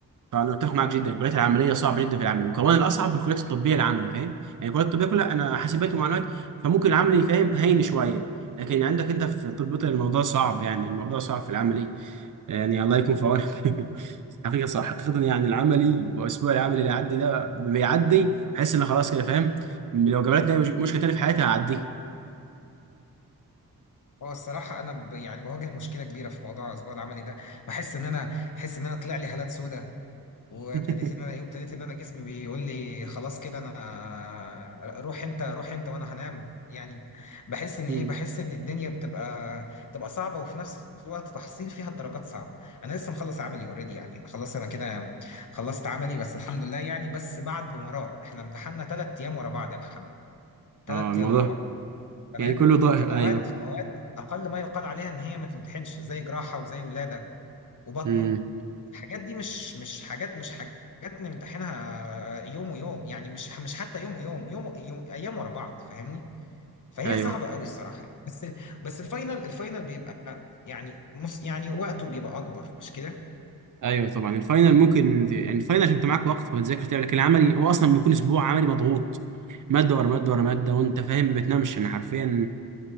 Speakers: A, on the right; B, on the left.
A: فانا متفق معاك جدا الكليات العمليه صعبه جدا في العمل وكمان الاصعب بالكليات الطبيه العملي فاهم يعني الكليات الطبيه كلها انا حاسبات ومعلومات فممكن العملي فاهم هين شويه لكن عندك انت في طب بيطري الموضوع صعب يعني الموضوع صعب في العملي يعني الله يكون في عونك <laughs> حقيقة صح حقيقة يعني العملي وأسبوع العمل اللي عدي ده بيعدي بحس إن خلاص كده فاهم لو جابلتني أي مش- مشكلة تاني في حياتي هعديه
B: اه الصراحه انا ب... يعني بواجه مشكله كبيره في موضوع الاسبوع العملي ده بحس ان انا بحس ان انا طلع لي هالات سودة وابتديت
A: <laughs>
B: ان انا ايه وابتديت ان انا جسمي بيقول لي خلاص كده انا روح انت روح انت وانا هنام يعني بحس ان
A: مم.
B: ايه بحس ان الدنيا بتبقى بتبقى صعبه وفي نفس الوقت تحصيل فيها الدرجات صعبه انا لسه مخلص عملي اوريدي يعني خلاص انا كده خلصت عملي بس الحمد لله يعني بس بعد مرار احنا امتحنا ثلاث ايام ورا بعض يا محمد ثلاث
A: اه الموضوع
B: ايام ورا بعض تمام
A: يعني كله ضايع
B: فمواد
A: ايوه
B: فمواد اقل ما يقال عليها ان هي ما تمتحنش زي جراحه وزي ولاده وبطنه
A: امم
B: الحاجات دي مش مش حاجات مش حاجات نمتحنها يوم ويوم يعني مش مش حتى يوم ويوم يوم, يوم ايام ورا بعض فاهمني فهي
A: ايوه
B: صعبه قوي الصراحه بس بس الفاينل الفاينل بيبقى يعني مس يعني وقته بيبقى اكبر مش كده
A: ايوه طبعا الفاينل ممكن يعني الفاينل عشان انت معاك وقت وتذاكر تعمل لكن العملي هو اصلا بيكون اسبوع عملي مضغوط ماده ورا ماده ورا ماده وانت فاهم ما بتنامش انا حرفيا